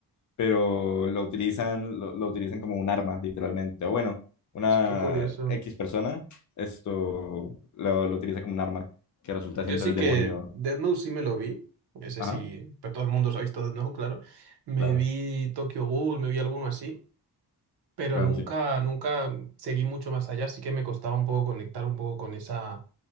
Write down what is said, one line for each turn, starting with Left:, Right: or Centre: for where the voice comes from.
Left: pero lo utilizan, lo, lo utilizan como un arma, literalmente. O bueno, una
Right: Es que curioso.
Left: X persona, esto lo, lo utiliza como un arma, que resulta
Right: Yo
Left: siendo
Right: sí
Left: el demonio.
Right: que Death Note sí me lo vi. Ese
Left: Ajá,
Right: sí, pero todo el mundo se ha visto Death Note, claro. Me
Left: claro,
Right: vi Tokyo Ghoul, me vi alguno así, pero
Left: claro,
Right: nunca,
Left: sí.
Right: nunca seguí mucho más allá, así que me costaba un poco conectar un poco con esa